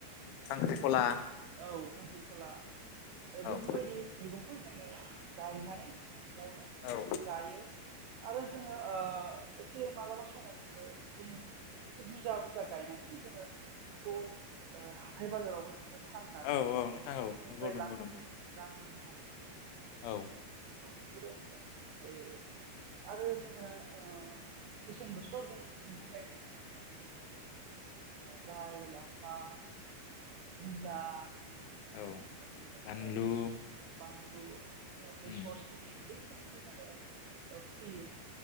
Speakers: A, on the left (about 80°); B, on the right (about 75°).
A: खांख्रिखला
B: उम औ खांख्रिखला। ओ बेफोरबायदि
A: औ
B: मैगंखौ जोङो गायनानै न'आवनो
A: औ
B: जायो। आरो जोङो ओ एसे मालाबा समाव जोङो बिनि एसे बुजा बुजा गायनानैबो जोङो बिखौ ओ हाथाय बाजारावबो जोङो फान्नानै
A: औ
B: जोङो
A: औ नोंथां औ
B: बिनिफ्राय
A: नंगौ नंगौ
B: लां
A: नंगौ
B: रां मोन्नो हायो।
A: औ।
B: औ बेबायदिनो ओमफाय आरो जोङो ओ मेसें बोथोराव जों मैगं गायनाय होनोब्ला जोङो जेरै ओ लाय लाफा। मुला
A: औ
B: बेनि उनाव जोङो
A: बानलु
B: ओ बेस' बानलु। ओ बेसर
A: उम
B: सिबिं बैफोरखौबो जोङो ओ फोयो।